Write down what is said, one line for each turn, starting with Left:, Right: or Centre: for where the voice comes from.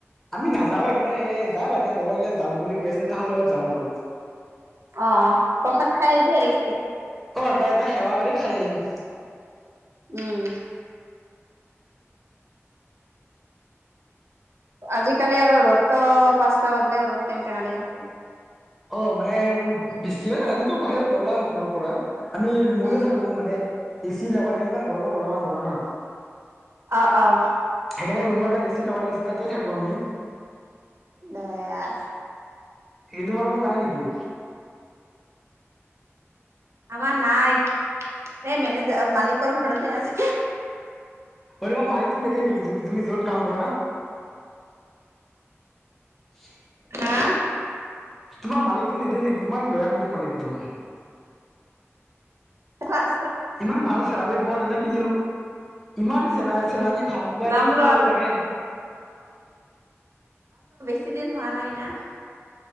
Centre: আমি নাযাওৱে মানে যাওঁ এতিয়া লগৰ বিলাক যাম বুলি কৈ আছিলে তাৰ লগত যাম আৰু
Right: অঁ প্ৰসাদ খাই আহিবি আৰু কেতিয়া
Centre: ক তাতে সেৱা কৰি খাই আহিম
Right: উম। আজিকালি আৰু ৰ'দটো পাঁচটা বাজিলে ৰ'দ টেং টেঙাদি থাকে
Centre: অঁ মানে বেছি মানে জানো বাহিৰত নোলাও ঘৰৰ পৰা আমি ৰুমতে
Right: উম
Centre: থাকো মানে এ চিৰ লগত থাকি ইমান গৰমত ওলাবা নোৱাৰোঁ ন
Right: অ', অ',
Centre: সেইকাৰণে ৰুমৰ এটা এ চি লগাই দিছো তাতে থাকো‍ঁ আমি
Right: দহয় <unintelligible> আৰ
Centre: এই তোমাৰ লগত নাই নেকি
Right: আমাৰ নাই এই মেনেজাৰ মালিকৰ ঘৰতে আছে
Centre: অ তোমাৰ মাই কটো নিদে নেকি তুমি য'ত কাম কৰা উ <inaudible>
Right: হাঁ।
Centre: তোমাৰ মালিকটো নিদিয়ে নেকি ইমান বেয়া নেকি মালিকটো।
Right: অঁ
Centre: ইমান ভাল চেলাৰী আমি পোৱা তু কিনিলো। ইমান চেলা চেলাৰী ভাল পোৱা
Right: ল'ম
Centre: এটা কিনি
Right: ৰ
Centre: লব লাগে।
Right: এক্সিডেণ্ট হোৱা নাই না।